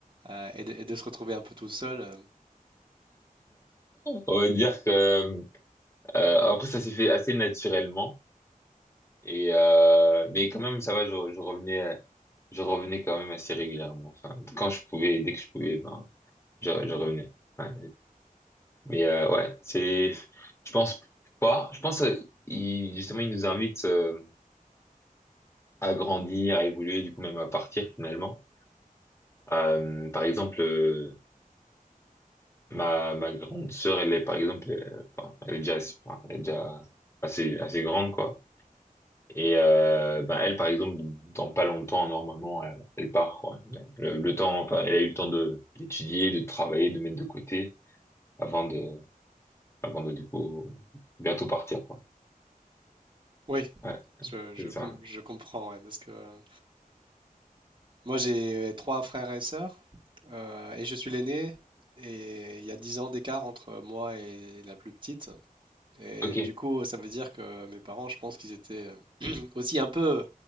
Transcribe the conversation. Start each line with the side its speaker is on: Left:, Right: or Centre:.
Right: euh, et, de, et de se retrouver un peu tout seul? euh.
Left: On va dire que, euh, après, ça s'est fait assez naturellement. Et, euh, mais quand même, ça va, je, je revenais, je revenais quand même assez régulièrement. Enfin, quand je pouvais, dès que je pouvais, ben, je, je revenais. Ouais, Mais euh, ouais, c'est, je pense pas. Je pense euh, il, justement il nous invite euh, à grandir, à évoluer, du coup même à partir finalement. Euh, par exemple, euh, ma ma grande sœur, elle est par exemple, euh, enfin, elle est déjà, enfin, elle est déjà assez assez grande quoi. Et euh, ben elle par exemple, dans pas longtemps normalement, elle, elle part quoi. Le, le temps, enfin, elle a eu le temps de d'étudier, de travailler, de mettre de côté avant de avant de du coup bientôt partir quoi.
Right: Oui,
Left: Ouais,
Right: je, je,
Left: c'est ça.
Right: com- je comprends, ouais, parce que euh, moi j'ai trois frères et sœurs euh, et je suis l'aîné et il y a 10 ans d'écart entre moi et la plus petite. Et
Left: Ok,
Right: du coup, ça veut dire que mes parents, je pense qu'ils étaient euh, <clears throat> aussi un peu,